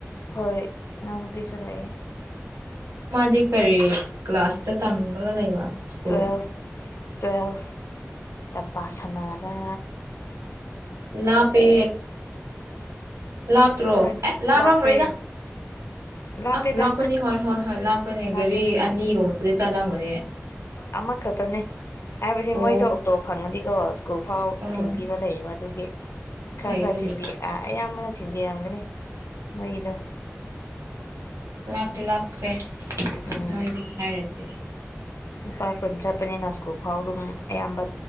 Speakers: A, on the left; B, on the right.
A: ꯍꯣꯏ ꯏ ꯅꯨꯨꯄꯤ ꯆꯂꯥꯏꯑꯦ
B: ꯃꯥꯗꯤ ꯀꯔꯤ ꯀ꯭ꯂꯥꯁ ꯇꯝꯒ ꯂꯩꯕ ꯁꯀꯣ
A: ꯇꯨꯋꯦꯜꯐ ꯇꯨꯋꯦꯜꯐ ꯇ ꯄ ꯁꯅꯥꯗ
B: ꯂꯥꯞꯄꯦ ꯂꯥꯞꯇ꯭ꯔꯣ
A: ꯎꯝ
B: ꯑꯦ ꯂꯥꯞꯔꯝꯂꯣꯏꯗ
A: ꯂꯥꯞꯄꯦ ꯂꯥꯞꯄꯦꯗ
B: ꯑ ꯂꯥꯞꯀꯅꯤ ꯍꯣꯏ ꯍꯣꯏ ꯍꯣꯏ ꯂꯥꯞꯀꯅꯤ
A: ꯂꯥꯞꯄꯦ
B: ꯒꯥꯔꯤ ꯑꯅꯤꯒꯨꯝꯕ ꯂꯩ ꯆꯠꯂꯝꯒꯅꯦ
A: ꯑꯃ ꯈꯇꯅꯦ ꯑꯦꯕꯖꯤ
B: ꯑꯣ
A: ꯃꯣꯏꯣ ꯑꯣꯞꯛꯇꯣꯞ ꯐꯪꯗ ꯌꯥ ꯀꯐꯥꯎ
B: ꯎꯝ
A: ꯊꯦꯡꯕꯤꯕ ꯂꯩꯥꯏꯕ ꯑꯗꯨꯒꯤ ꯈꯔ
B: ꯐꯩ
A: ꯈꯔ
B: ꯑꯗꯨꯗꯤ
A: ꯆꯤꯕꯤ ꯑ ꯑꯌꯥꯝꯕꯅ ꯊꯤꯟꯕꯤꯔꯝꯒꯅꯤ ꯃꯣꯏꯒꯤꯗꯣ
B: ꯂꯥꯞꯇꯤ ꯂꯥꯞꯈ꯭ꯔꯦ
A: ꯎꯝ
B: ꯅꯣꯏꯗꯒꯤ ꯍꯥꯏꯔꯗꯤ <unintelligible>
A: ꯂꯨꯄꯥ ꯀꯨꯟ ꯆꯠꯄꯅꯦ ꯅꯥꯁꯀꯨ ꯐꯥꯎ ꯑꯗꯨꯝ ꯑꯌꯥꯝꯕ